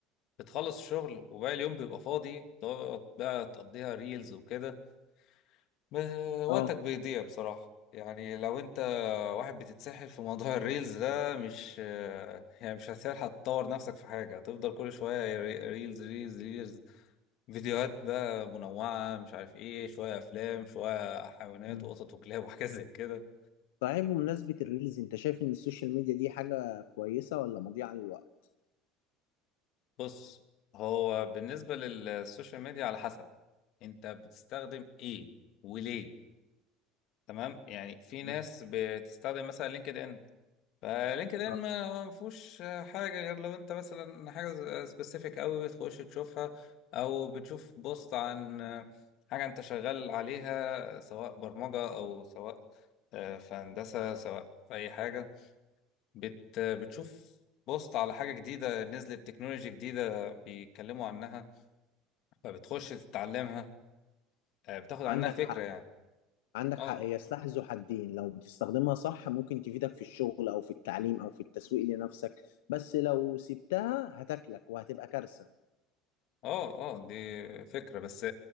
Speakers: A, on the left; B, on the left.
A: بتخلص الشغل وباقي اليوم بيبقى فاضي تقعد بقى تقضيها ريلز وكده ما- وقتك
B: اه
A: بيضيع بصراحة يعني لو انت واحد بتتسحل في موضوع <laughs> الريلز ده مش يعني مش هتلحق تطور نفسك في حاجة هتفضل كل شوية ري- ريلز ريلز ريلز فيديوهات بقى منوعة مش عارف ايه شوية افلام شوية حيوانات
B: مم.
A: وقطط وكلاب <laughs> وحاجات زي كده
B: صحيح بمناسبه الريلز انت شايف ان السوشيال ميديا دي حاجه كويسه ولا مضيعه للوقت
A: بص هو بالنسبة للسوشيال ميديا على حسب انت بتستخدم ايه وليه تمام يعني في ناس
B: مم.
A: بتستخدم مثلا لينكد ان فلينكد ان
B: آه،
A: ما ما فيهوش حاجه غير لو انت مثلا حاجه سبيسيفيك قوي بتخش تشوفها او بتشوف بوست عن حاجه انت شغال عليها سواء برمجه او سواء آه، في هندسه سواء في اي حاجه بت بتشوف بوست على حاجه جديده نزلت تكنولوجي جديده بيتكلموا عنها فبتخش تتعلمها آه، بتاخد عنها
B: عندك
A: فكره
B: حق
A: يعني
B: عندك
A: اه
B: حق هي سلاح ذو حدين لو بتستخدمها صح ممكن تفيدك في الشغل او في التعليم او في التسويق لنفسك بس لو سبتها هتاكلك وهتبقى كارثة
A: اه اه دي فكرة بس